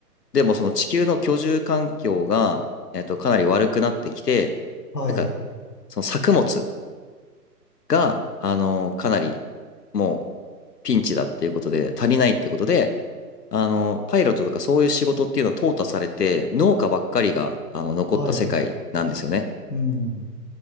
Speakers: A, on the left; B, on the left.
A: でもその地球の居住環境が、えっと、かなり悪くなってきて、
B: はい、
A: なんか、その作物が、あのーかなり、もう、ピンチだっていうことで、足りないってことで、あの、パイロットとかそういう仕事っていうのは淘汰されて、農家ばっかりが、あの、残った世界なんですよね。
B: はい、うん、